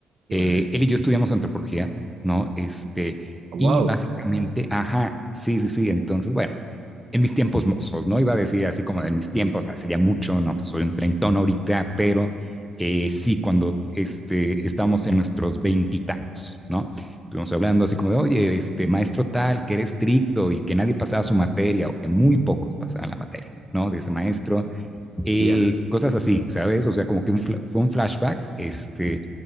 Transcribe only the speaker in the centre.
Eh,
él y yo estudiamos antropología, ¿no? Este,
y básicamente, ajá, sí, sí, sí. Entonces, bueno, en mis tiempos mozos, ¿no? Iba a decir así como en mis tiempos, hace ya mucho, no, pues soy un treintón ahorita, pero eh, sí, cuando este, estábamos en nuestros veintitantos, ¿no? Estuvimos hablando así como de, oye, este maestro tal, que era estricto y que nadie pasaba su materia o que muy pocos pasaban la materia, ¿no? De ese maestro eh,
cosas así, ¿sabes? O sea, como que un fla- fue un flashback, este,